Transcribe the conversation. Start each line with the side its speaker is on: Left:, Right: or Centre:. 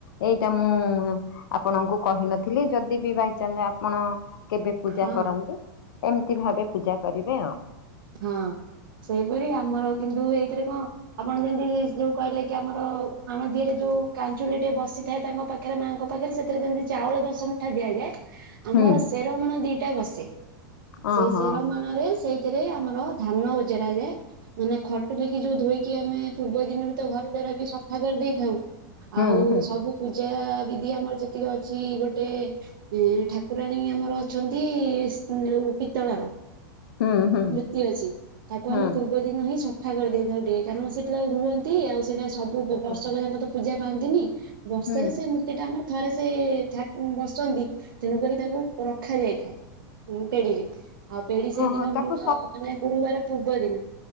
Left: ଏଇଟା ମୁଁ ଆପଣଙ୍କୁ କହିନଥିଲି ଯଦି ବି ବାଇଚାଞ୍ଚ ଆପଣ କେବେ ପୂଜା
Right: ହଁ।
Left: କରନ୍ତି ଏମିତି ଭାବେ ପୂଜା କରିବେ ଆଉ।
Right: ହଁ। ସେଇପରି ଆମର କିନ୍ତୁ ଏଇଥିରେ କଁ ଆପଣ ଯେମିତି ଯୋଉ କହିଲେ କି ଆମର ମାଣ ଦିଅରେ ଯୋ ଉ କାଞ୍ଚୁଲି ଟିଏ ବସିଥାଏ ତାଙ୍କ ପାଖରେ ମାଆଙ୍କ ପାଖରେ ସେଥିରେ ଯେମିତି ଚାଉଳ ଦଶ ମୁଠା ଦିଆଯାଏ। ଆମର
Left: ହୁଁ
Right: ଶେରମାଣ ଦିଇଟା ବସେ
Left: ଅ
Right: ସେଇ
Left: ହଁ
Right: ଶେରମାଣ ରେ ସେଇଥିରେ ଆ ମୋର ଧାନ ଓଜରାରେ। ମାନେ ଖଟୁଲିକି ଯୋଉ ଧୋଇକି ଆମେ ପୂର୍ବ ଦିନରୁ ତ ଘର ଦ୍ୱାର ବି ସଫା କରିଦେଇଥାଉ।
Left: ହୁଁ
Right: ଆଉ
Left: ହୁଁ
Right: ସବୁ ପୂଜା ବିଧି ଆମର ଯେତିକି ଅଛି ଗୋଟେ ଏ ଠାକୁରାଣୀ ଆମର ଅଛନ୍ତି ଏ ସନ୍ ଯୋଉ ପିତଳର।
Left: ହୁଁ ହୁଁ।
Right: ତି ଅଛି ତାକୁ
Left: ହୁଁ
Right: ଆମେ ପୂର୍ବ ଦିନ ହିଁ ସଫା କରିଦେଇଥାଉ ଟିକେ କାରଣ ସେଠି ଆଉ ରୁହନ୍ତି ଆଉ ସି ସେଇଟା ସବୁ ବ
Left: ହୁଁ
Right: ବର୍ଷକ ଯାଙ୍କ ତ ପୂଜା ପାଆନ୍ତିନି ବର୍ଷରେ
Left: ହୁଁ
Right: ସେଇ ମୂର୍ତ୍ତି ଟା ଆମର ଥରେ ସେ ଠାକୁଁ ବସନ୍ତି ତେଣୁକରି ତାକୁ ରଖାଯାଇଥାଏ। ହୁଁ ପେଢିରେ ଆଉ ପେଢୀ ସେଇଦିନ
Left: ଓହୋ ତାକୁ
Right: ଉ ଆ ମାନେ ଗୁରୁବାର ପୂର୍ବ ଦିନ।